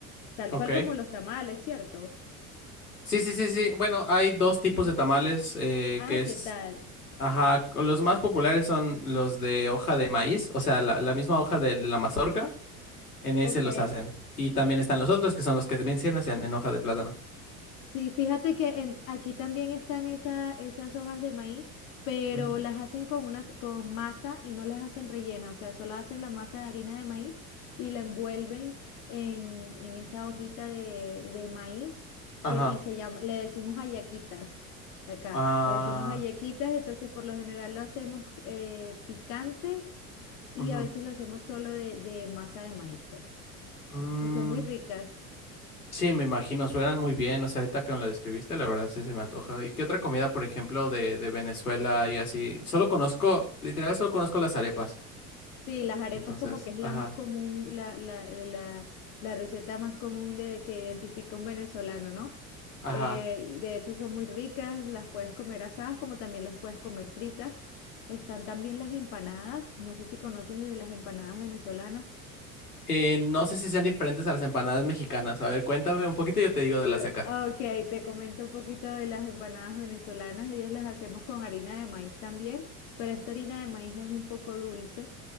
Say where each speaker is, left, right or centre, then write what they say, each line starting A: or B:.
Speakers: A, on the left; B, on the left.
A: tal
B: Ok.
A: cual como los tamales, ¿cierto?
B: Sí, sí, sí, sí. Bueno, hay dos tipos
A: Mm.
B: de tamales eh,
A: Ah,
B: que es,
A: ¿qué tal?
B: ajá, los más populares son los de hoja de maíz, o sea, la, la misma hoja de, de la mazorca, en ese
A: Ok.
B: los hacen. Y también están los otros que son los que mencionas en, en hoja de plátano.
A: Sí, fíjate que en- aquí también están esa- esas hojas de maíz, pero
B: Ujú.
A: las hacen con unas, con masa y no las hacen rellenas, o sea, solo hacen la masa de harina de maíz y la envuelven en, en esa hojita de, de maíz
B: Ajá.
A: que, y se llama, le decimos hallaquitas, acá,
B: Ah,
A: le decimos hallaquitas, entonces por lo general lo hacemos eh, picantes y
B: ujú.
A: a veces lo hacemos solo de, de masa de maíz, pues,
B: Mm,
A: y son muy ricas.
B: sí, me imagino, suenan muy bien, o sea, ahorita que me lo describiste, la verdad sí se me antoja. ¿Y qué otra comida, por ejemplo, de, de Venezuela y así? Solo conozco, literal, solo conozco las arepas.
A: Sí, las arepas
B: Entonces,
A: como que es la
B: ajá.
A: más común, la, la, la, la receta más común de, que identifica un venezolano, ¿no?
B: Ajá.
A: Eh, y de hecho son muy ricas, las puedes comer asadas como también las puedes comer fritas. Están también las empanadas, no sé si conoces de las empanadas venezolanas.
B: Eh, no sé si sean diferentes a las empanadas mexicanas. A ver, cuéntame un poquito y yo te digo de
A: Eh,
B: las de acá.
A: ah, ok, te comento un poquito de las empanadas venezolanas. Ellas las hacemos con harina de maíz también, pero esta harina de maíz es un poco dulce.